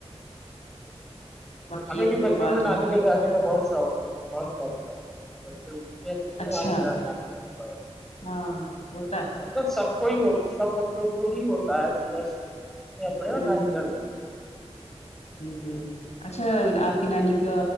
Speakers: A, on the left; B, in the centre.
A: باقی
B: ہمیں
A: اب
B: بھی
A: تو
B: بچپن
A: بات
B: میں نانی
A: ہوتی
B: گھر
A: رہتی
B: جانے کا بہت شوق تھا بہت شوق تھا س کوئی تو کیا کرتے تو
A: اچھا
B: آ، گھر نہ بھی لگتا ہے
A: ہاں ہوتا ہے
B: مطلب سب کو ہی سب بچوں کو ہی ہوتا ہے کہ بس یہ
A: ہے
B: پڑے اور
A: ہوں
B: نانی
A: ہوں
B: گھر جائیں
A: جی اچھا آپ کی نانی کا